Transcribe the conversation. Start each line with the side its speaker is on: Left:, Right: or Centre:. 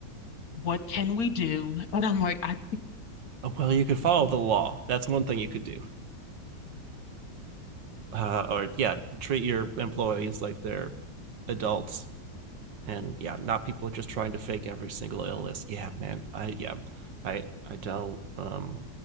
Left: what can we do? <laughs> And I'm like, I,
Right: <sighs> well, you could follow the law. That's one thing you could do. uh, or yeah, treat your employees like they're adults and yeah, not people just trying to fake every single illness. Yeah, man, I yeah, I I don't um